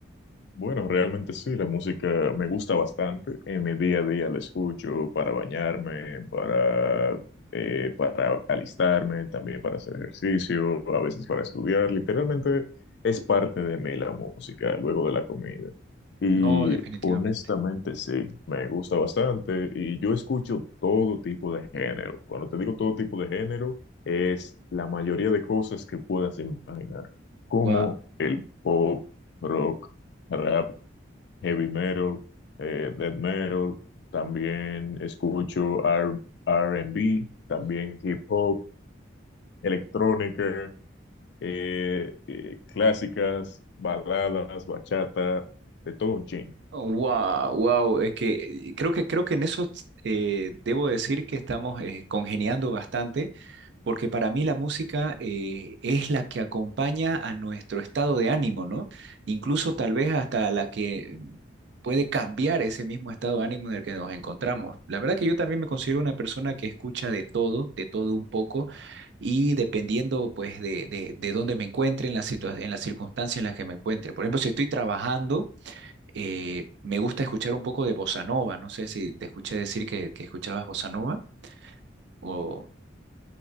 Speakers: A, on the left; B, on the right.
A: Bueno, realmente sí, la música me gusta bastante. En mi día a día la escucho para bañarme, para, eh, para alistarme, también para hacer ejercicio, a veces para estudiar. Literalmente es parte de mí la música, luego de la comida. Y
B: No, definitivamente.
A: honestamente sí, me gusta bastante y yo escucho todo tipo de género. Cuando te digo todo tipo de género, es la mayoría de cosas que puedas imaginar, como
B: Wow,
A: el pop rock rap, heavy metal, eh, death metal, también escucho R- R&B, también hip hop, electrónica, eh, eh, clásicas, baladas, bachata, de todo un chin.
B: wow, wow. Es que creo que creo que en eso eh, debo decir que estamos eh, congeniando bastante, porque para mí la música eh, es la que acompaña a nuestro estado de ánimo, ¿no? Incluso tal vez hasta la que puede cambiar ese mismo estado de ánimo en el que nos encontramos. La verdad que yo también me considero una persona que escucha de todo, de todo un poco, y dependiendo pues de, de, de dónde me encuentre, en la situa- en la circunstancia en la que me encuentre. Por ejemplo, si estoy trabajando eh, me gusta escuchar un poco de bossa nova. No sé si te escuché decir que, que escuchabas bossa nova o,